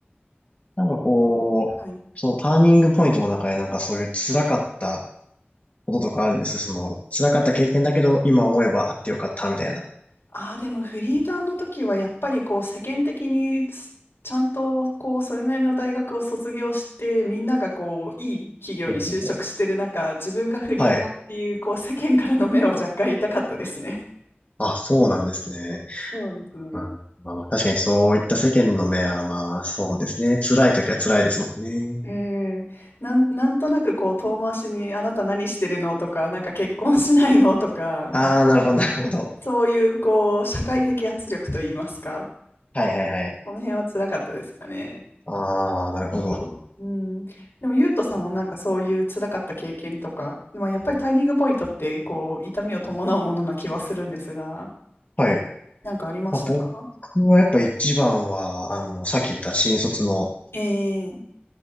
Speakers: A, on the left; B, on the left.
A: なんかこう、
B: はい
A: そのターニングポイントの中でなんかそういう辛かったこととかあるんですよその辛かった経験だけど今思えばあってよかったみたいな。
B: ああ、でもフリーターの時はやっぱりこう世間的にすちゃんとこうそれなりの大学を卒業してみんながこういい企業に就職してる中自分がフリーターっていうこう世間からの目は若干痛かったですね。
A: ほうほうほうはい。あ、そうなんですね。
B: <laughs> そうですね。
A: うん、まあ、まあ確かにそういった世間の目はまあそうですね。辛い時は辛いですもんね。
B: ええなん、なんとなくこう遠回しにあなた何してるのとかなんか結婚しないのとか
A: ああ、なるほど、なるほど。
B: そういうこう社会的圧力といいますか
A: はいはいはい。
B: その辺は辛かったですかね。
A: ああ、なるほど。
B: うん、でも、ゆうとさんもなんかそういう辛かった経験とか、まあ、やっぱりタイミングポイントってこう痛みを伴うものな気はするんですが、
A: はい。
B: なんかありましたか
A: まあ、僕はやっぱ一番は、あの、さっき言った新卒の
B: ええ